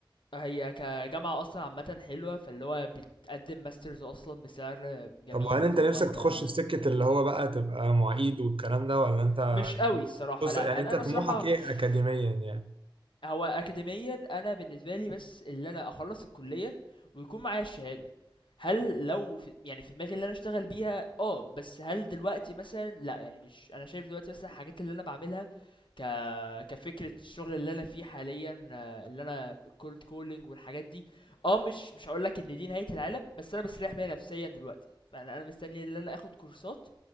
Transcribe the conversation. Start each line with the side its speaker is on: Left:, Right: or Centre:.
Left: هي كجامعة أصلا عامة حلوة فاللي هو بتقدم ماسترز أصلا بسعر جميل
Right: طب وهل انت
Left: فاللي
Right: نفسك
Left: هو أنت
Right: تخش في سكة اللي هو بقى تبقى معيد والكلام ده ولا انت
Left: مش قوي الصراحة
Right: بص
Left: لأ
Right: يعني
Left: أنا
Right: انت
Left: أنا
Right: طموحك
Left: الصراحة مش
Right: ايه اكاديميا يعني
Left: هو أكاديميًا أنا بالنسبة لي بس اللي أنا أخلّص الكلية ويكون معايا الشهادة، هل لو في يعني في دماغي اللي أنا أشتغل بيها آه، بس هل دلوقتي مثلًا لأ، يعني مش أنا شايف دلوقتي مثلًا الحاجات اللي أنا باعملها ك كفكرة الشغل اللي أنا فيه حاليًا آه، اللي أنا الcold calling والحاجات دي، آه مش مش هاقول لك إن دي نهاية العالم، بس أنا مستريح بيها نفسيًا دلوقتي، فأنا أنا مستني اللي أنا آخد كورسات